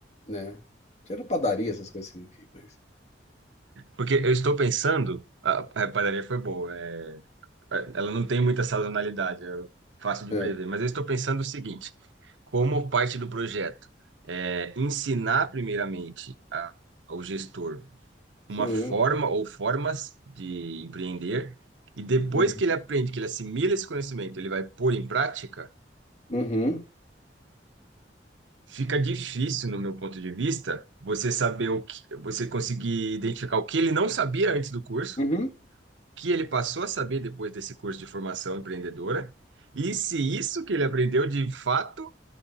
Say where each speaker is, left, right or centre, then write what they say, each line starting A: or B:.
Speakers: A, on the left; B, on the right.
A: né? Tira padaria essas coisas assim, enfim, mas
B: Porque eu estou pensando. A a padaria foi boa. é, ela não tem muita sazonalidade, é fácil de
A: é,
B: prever. Mas eu estou pensando o seguinte: como parte do projeto, é, ensinar primeiramente a- ao gestor uma
A: sim.
B: forma ou formas de empreender, e depois
A: Uhum.
B: que ele aprende, que ele assimila esse conhecimento, ele vai pôr em prática,
A: Uhum.
B: fica difícil, no meu ponto de vista, você saber o que, você conseguir identificar o que ele não sabia antes do curso,
A: Uhum.
B: que ele passou a saber depois desse curso de formação empreendedora, e se isso que ele aprendeu de fato